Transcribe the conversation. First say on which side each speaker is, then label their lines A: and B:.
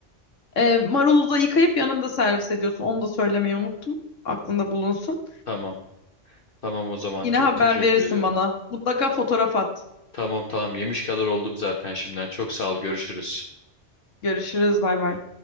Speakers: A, on the left (about 80°); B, on the left (about 50°).
A: E, marulu da yıkayıp yanında servis ediyorsun. Onu da söylemeyi unuttum. Aklında bulunsun.
B: tamam. Tamam o zaman.
A: Yine
B: Çok
A: haber
B: teşekkür
A: verirsin
B: ediyorum.
A: bana. Mutlaka fotoğraf at.
B: Tamam tamam yemiş kadar oldum zaten şimdiden. Çok sağ ol. Görüşürüz.
A: Görüşürüz. Bay bay.